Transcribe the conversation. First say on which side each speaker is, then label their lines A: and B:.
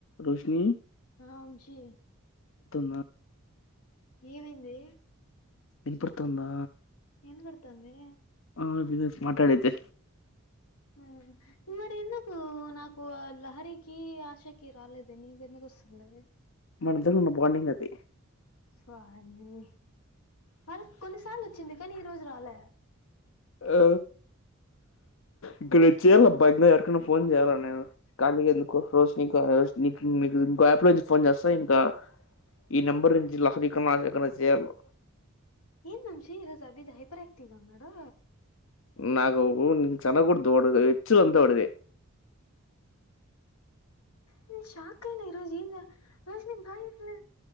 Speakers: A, on the left; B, on the left.
A: రోషిని
B: ఆ వంశీ
A: తుందా
B: ఏమైందీ
A: వినపడుతుందా
B: ఇనపడతంది
A: ఆ మాట్లాడైతే
B: ఆ మరి ఎందుకు నాకు లహరికి ఆశకి రాలేదే నీకెందుకు వస్తుంది
A: మనిద్దరికీ ఉన్న బాండింగ్ అది
B: స్వామి వాలక్ కొన్నిసార్లు వచ్చింది కాని ఈ రోజు రాల
A: ఆ ఇంకా నేను చెయాలబ్బా ఎరికన్నా ఫోన్ చేయ్యాలా నేను ఖాళీగా ఎందుకు రోజు ఇంకో యాప్ నుంచి ఫోన్ చేస్తా ఇంకా ఈ నెంబర్ నుంచి లహరి కన్నా మాధవి కన్నా చేయాలా
B: ఏంది వంశి ఈరోజు అబిద్ హైపర్ ఆక్టివ్ లో ఉన్నాడు
A: నాకు చ్ అనగుడదు ఎచ్చల్ అంత వాడిది
B: నేన్ షాక్ అయిన ఈరోజు ఏందిరా ఇటు